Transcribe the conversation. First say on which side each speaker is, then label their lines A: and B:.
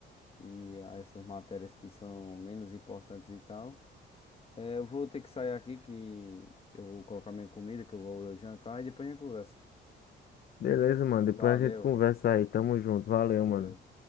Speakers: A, on the left; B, on the left.
A: e essas matérias que são menos importantes e tal. É, eu vou ter que sair aqui que eu vou colocar minha comida, que eu vou jantar e depois a gente conversa.
B: Beleza, mano. Depois
A: Valeu,
B: a gente conversa aí. Tamo junto. Valeu,
A: valeu.
B: mano.